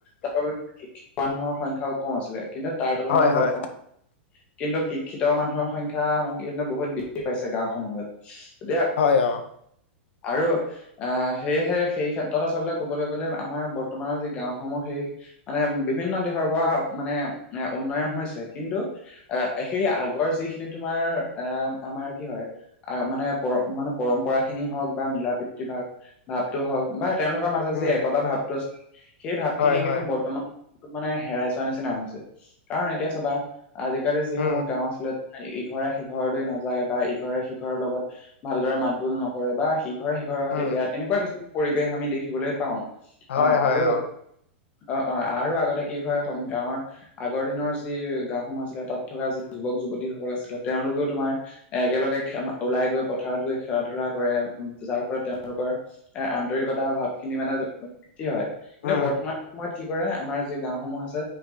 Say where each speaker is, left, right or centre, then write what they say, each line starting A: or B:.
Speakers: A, on the left (about 20°); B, on the left (about 75°).
A: তাৰ শিক্ষ মানুহৰ সংখ্যাও কম আছিলে কিন্তু তাৰ তুলনাত
B: হয়,
A: বৰ্তমান-
B: হয়,
A: কিন্তু শিক্ষিত মানুহৰ সংখ্যা আন কিন্তু বহুত বৃদ্ধি পাইছে গাঁওসমূহত, এতিয়া-
B: হয় অঁ।
A: আৰু আহ সেয়েহে সেই ক্ষেত্ৰত আচলতে ক'বলৈ গলে আমাৰ বৰ্তমানৰ যি গাঁওসমূহ সেই- মানে বিভিন্ন দেশৰ পৰা মানে এ উন্নয়ন হৈছে, কিন্তু- আহ সেই আগৰ যিখিনি তোমাৰ আহ আমাৰ কি হয়? মানে পৰ মানে পৰম্পৰা খিনি হওক বা মিলা প্ৰীতিৰ ভাগ ভাৱটো হওক বা তেওঁলোকৰ মাজত-
B: উম,
A: যি একতা ভাৱটো আছিল সেই ভাৱখিনি
B: হয়,
A: কিন্তু
B: হয়,
A: বৰ্তমান- মানে হেৰাই যোৱা নিচিনা হৈছে, কাৰণ এতিয়া চবা আজিকালি যিসমূহ
B: উম,
A: গাওঁ আছিলে- ইঘৰে সিঘৰলৈ নাযায় বা ইঘৰে সিঘৰৰ লগত ভালদৰে মাত বোল নকৰে, বা সিঘৰে- ইঘৰৰ সৈতে
B: উম,
A: বেয়া তেনেকোৱা কিছু পৰিৱেশ আমি দেখিবলৈ পাওঁ। অহ
B: হয়, হয়,
A: আৰু-
B: অ',
A: অঁ অঁ আৰু আগতে কি হয় এখন গাঁৱৰ- আগৰ দিনৰ যি গাঁওসমূহ আছিলে, তাত থকা যি যুৱক যুৱতীসকল আছিলে তেওঁলোকেও তোমাৰ- এ একেলগে ওলাই গৈ পথাৰত গৈ খেলা ধূলা কৰে, যাৰ ফলত তেওঁলোকৰ- এ আন্তৰিকতাৰ ভাৱ খিনি মানে- কি হয় কিন্তু
B: উম,
A: বৰ্তমান সময়ত কি কৰে আমাৰ যি গাঁওসমূহ আছে।